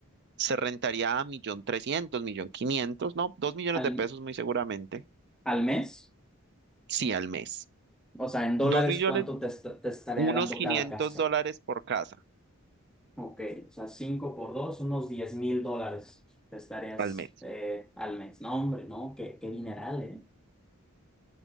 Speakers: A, on the right; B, in the centre.
A: se rentaría a millón trescientos, millón quinientos, no, dos millones
B: ¿Al,
A: de pesos muy seguramente,
B: al mes?
A: sí, al mes.
B: O sea, en dólares,
A: Dos millones,
B: ¿cuánto te, est- te estaría
A: unos
B: dando
A: 500
B: cada casa?
A: dólares por casa.
B: Ok, o sea, 5 por 2, unos diez mil dólares te estarías
A: al mes.
B: eh, al mes. No, hombre, no, qué, qué dineral, ¿eh?